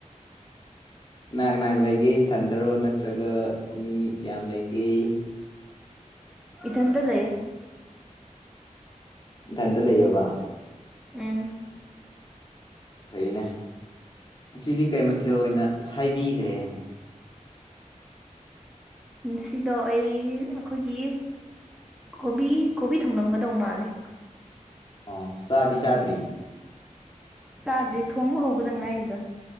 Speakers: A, on the left; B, in the centre.
A: ꯅꯥꯛ ꯅꯅꯥꯒ ꯂꯩꯒꯦ ꯏꯟꯊꯟꯊꯔꯣ ꯅꯠꯇ꯭ꯔꯒ ꯃꯤ ꯀꯌꯥꯝ ꯂꯩꯒꯦ
B: ꯏꯗ ꯂꯩꯌꯦ
A: ꯏꯊꯟꯇ ꯂꯩꯌꯦꯕ
B: ꯑꯝ
A: ꯐꯩꯅꯦ ꯉꯗꯤ ꯀꯩ ꯃꯊꯦꯜ ꯑꯣꯏꯅ ꯁꯥꯏꯕꯤꯈ꯭ꯔꯦ
B: ꯁꯤꯗꯣ ꯑꯩ ꯑꯩꯈꯣꯏꯒꯤ ꯀꯣꯕꯤ ꯀꯣꯕꯤ ꯊꯧꯅꯝꯒꯗꯧ ꯃꯥꯜꯂꯦ
A: ꯑꯣ ꯆꯥꯗꯤ ꯆꯥꯗ꯭ꯔꯤ
B: ꯆꯥꯗ꯭ꯔꯔꯤ ꯊꯣꯡꯕ ꯍꯧꯕꯗ ꯉꯥꯏꯔꯤꯗ